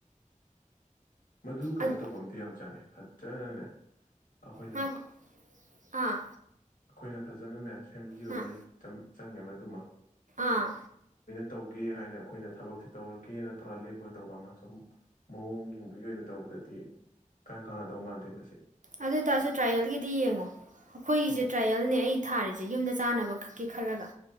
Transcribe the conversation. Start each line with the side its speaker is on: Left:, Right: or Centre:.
Left: ꯃꯗꯨ ꯀꯩꯅꯣ
Right: ꯑꯗꯨ-
Left: ꯇꯧꯕ ꯑꯃꯗꯤ ꯌꯥꯝ ꯆꯪꯉꯦ ꯐꯖꯅꯅꯦ ꯑꯩꯈꯣꯏꯅ
Right: ꯉꯥꯏꯈꯣ- ꯑꯥ
Left: ꯑꯩꯈꯣꯏꯅ ꯐꯖꯅꯅꯦ ꯁꯦꯝꯕꯤꯕ
Right: ꯑꯥ
Left: ꯑꯃꯗꯤ ꯆꯪꯉꯦ ꯇꯨꯝꯃ
Right: ꯑꯥ
Left: ꯇꯧꯒꯦ ꯍꯥꯏꯅ ꯑꯩꯈꯣꯏꯅ ꯊꯕꯛꯁꯦ ꯇꯧꯔꯒꯦꯅ ꯄꯨꯔꯥ ꯂꯦꯞꯄꯒ ꯇꯧꯕ ꯑꯃ ꯁꯨꯝ ꯃꯑꯣꯡꯒꯤ ꯇꯧꯕꯗꯗꯤ ꯀꯩꯝ ꯀꯥꯟꯅꯗꯧ ꯃꯥꯟꯗꯦ ꯃꯁꯤ
Right: ꯑꯗꯨ ꯑꯣꯏ ꯇꯔꯁꯨ ꯇ꯭ꯔꯥꯌꯦꯜꯒꯤꯗꯤ ꯌꯦꯡꯉꯣ ꯑꯩꯈꯣꯏꯒꯤꯁꯦ
Left: ꯍꯣꯏ
Right: ꯇ꯭ꯔꯥꯌꯦꯜꯅꯦ ꯑꯩ ꯊꯥꯔꯤꯁꯦ ꯌꯨꯝꯗ ꯆꯥꯅꯕ ꯈꯛꯀꯤ ꯈꯜꯂꯒ